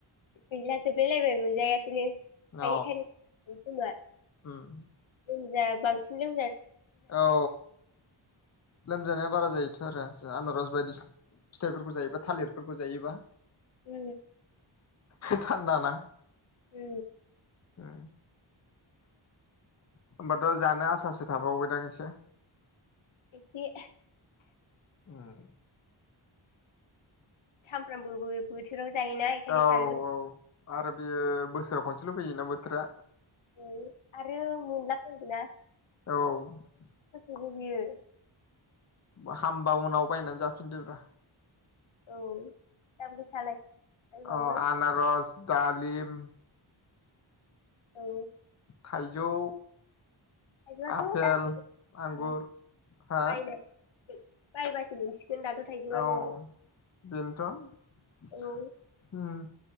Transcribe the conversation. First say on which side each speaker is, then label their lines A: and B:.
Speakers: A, on the left; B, on the left.
A: गैला जोबलायलायबाय मोनजायाखैनो। थायनै
B: अ
A: थायनै थ खोमा जोंजा
B: उम
A: बांसिन जो
B: औ लोमजानाया बारा जायो। थ' आरो आनारस बायदि फिथाइफोरखौ जायोबा थालिरफोरखौ जायोबा।
A: उ।
B: थान्दा ना।
A: उ।
B: ओम। होमबाथ' जानो आसासो थाबावबायदां एसे।
A: एसे।
B: ओम।
A: सामफ्रामबो बो बोथोराव जायोना बेखायनो
B: औ -
A: जानलु
B: औ आरो बेयो बोसोराव खनसेल' फैयोना बोथोरा।
A: औ आरो मला फदोंना
B: औ।
A: जग बियो।
B: उ हामबा उनाव बायनानै जाफिनदोब्रा।
A: औ दाम गोसा लायबाबो
B: अ आनार'स दालिम।
A: औ।
B: थाइजौ
A: थाइजौआथ'
B: आपेल आंगुर
A: दा
B: हा
A: बायनाय बायबासो दाथ' थाइजौआ
B: औ
A: न'आव
B: बेनथ' होम
A: औ